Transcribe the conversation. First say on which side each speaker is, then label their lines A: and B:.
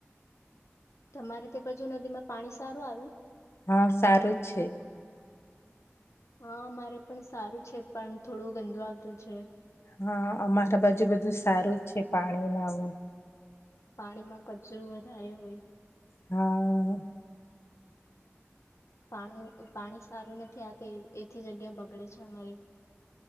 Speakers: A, on the left; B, on the left.
A: તમારે તે બાજુ નદી માં પાણી સારું આવ્યું
B: હા સારું છે
A: હા મારે પણ સારું છે પણ થોડું ગંદુ આવતું છે
B: હા અમારા બાજુ બધું સારું જ છે પાણી ના આવું
A: પાણીમાં કચરું વધારે હોય
B: હા
A: પા પાણી સારું નથી આતી એથી જગ્યા બગડે છે અમારી